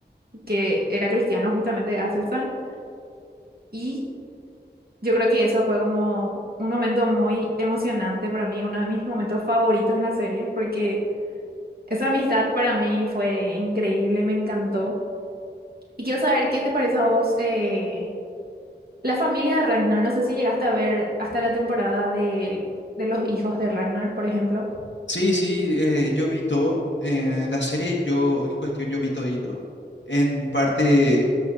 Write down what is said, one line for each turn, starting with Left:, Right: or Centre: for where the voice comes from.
Right: que era cristiano justamente Aselsan. Y yo creo que eso fue como un momento muy emocionante para mí, uno de mis momentos favoritos en la serie porque... Esa amistad para mí fue increíble, me encantó. Y quiero saber qué te parece a vos eh, la familia de Ragnar. No sé si llegaste a ver hasta la temporada de, de los hijos de Ragnar, por ejemplo.
Left: Sí, sí, eh, yo vi todo, eh, la serie yo en cuestión yo vi todito, en parte